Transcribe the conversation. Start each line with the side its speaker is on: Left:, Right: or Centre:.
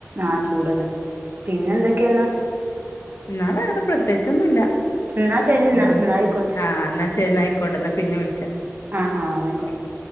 Right: ആഹ് ചൂടല്ലേ പിന്നെന്തൊക്കെയാന്നാ
Left: ന്നാ വേറെ പ്രത്യേകിച്ചൊന്നുല്ല
Right: എന്നാ ശരി എന്നാ
Left: ഉം
Right: എന്നാ ആയിക്കോട്ടെ
Left: ആഹ് എന്നാ ശരി അയ്ക് ക്കോട്ടെ എന്ന പിന്നെ വിളിച്ചാ
Right: ആഹ് ആഹ് ന്നയിക്കോട്ടെ
Left: ഓക്കെ